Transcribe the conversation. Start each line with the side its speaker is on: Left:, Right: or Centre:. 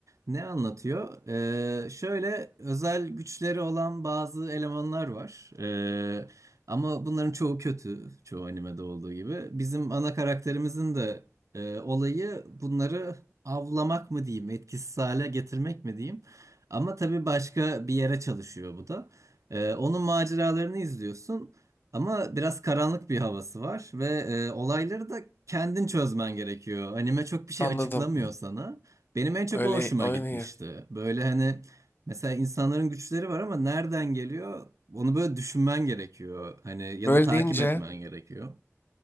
Right: ne anlatıyor? Ee, şöyle özel güçleri olan bazı elemanlar var. Ee, ama bunların çoğu kötü. Çoğu animede olduğu gibi. Bizim ana karakterimizin de e, olayı bunları avlamak mı diyeyim, etkisiz hale getirmek mi diyeyim. Ama tabii başka bir yere çalışıyor bu da. Ee, onun maceralarını izliyorsun ama biraz karanlık bir havası var ve e, olayları da kendin çözmen gerekiyor. Anime çok bir şey
Left: Anladım.
Right: açıklamıyor sana. Benim en çok
Left: Öyle,
Right: o hoşuma
Left: öyle
Right: gitmişti. Böyle hani mesela insanların güçleri var ama nereden geliyor? Onu böyle düşünmen gerekiyor. Hani ya
Left: Böyle
Right: da takip
Left: deyince.
Right: etmen gerekiyor.